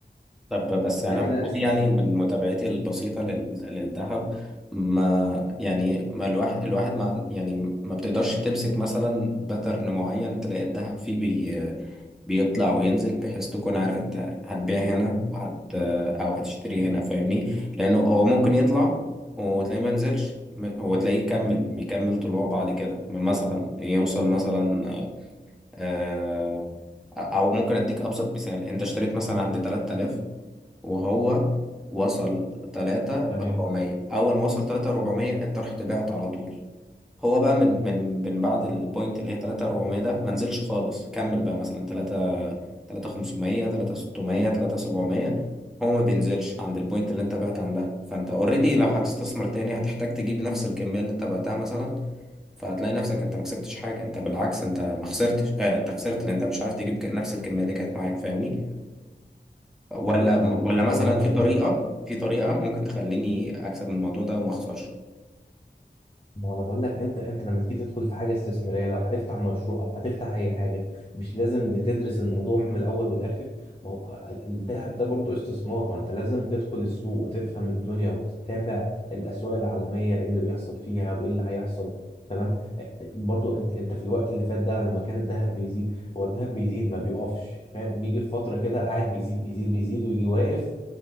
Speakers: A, in the centre; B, on the left (about 30°).
A: طب بس انا
B: ده كده
A: بقول
B: استثمار
A: يعني من متابعتي البسيطه لل- للذهب ما يعني ما الواحد الواحد ما يعني ما بتقدرش تمسك مثلا باترن معين تلاقي الذهب فيه بي بيطلع وينزل بحيث تكون عارف انت هتبيع هنا وهت او هتشتري هنا فاهمني لانه هو ممكن يطلع وتلاقيه ما ينزلش م- وتلاقيه يكمل يكمل طلوع بعد كده مثلا يوصل مثلا آه، او ممكن اديك ابسط مثال انت اشتريت مثلا عند 3000 وهو وصل تلاتة
B: تمام
A: أربعمية أول ما وصل تلاتة أربعمية أنت رحت بعت على طول هو بقى من من من بعد البوينت اللي هي تلاتة أربعمية ده ما نزلش خالص كمل بقى مثلا تلاتة تلاتة خمسمية تلاتة ستمية تلاتة سبعمية هو ما بينزلش عند البوينت اللي أنت بعت عندها فأنت أوريدي لو هتستثمر تاني هتحتاج تجيب نفس الكمية اللي أنت بعتها مثلا فهتلاقي نفسك أنت ما كسبتش حاجة أنت بالعكس أنت ما خسرتش آه أنت خسرت لأن أنت مش عارف تجيب ك- نفس الكمية اللي كانت معاك فاهمني ولا
B: ماشي ما هو انت
A: ولا
B: انت
A: مثلا
B: برضه عشان
A: في طريقة
B: ت-
A: في طريقة ممكن تخليني أكسب من الموضوع ده وما أخسرش
B: ما انا بقول لك انت انت لما تيجي تدخل في حاجه استثماريه لو هتفتح مشروع او هتفتح اي حاجه مش لازم بتدرس الموضوع من الاول والاخر ما هو ال- الذهب ده برضو استثمار ما انت لازم تدخل السوق وتفهم الدنيا وتتابع الاسواق العالميه ايه اللي بيحصل فيها وايه اللي هيحصل تمام برضو انت انت في الوقت اللي فات ده لما كان الذهب بيزيد هو الذهب بيزيد ما بيوقفش فاهم بيجي في فتره كده قاعد بيزيد بيزيد بيزيد ويجي واقف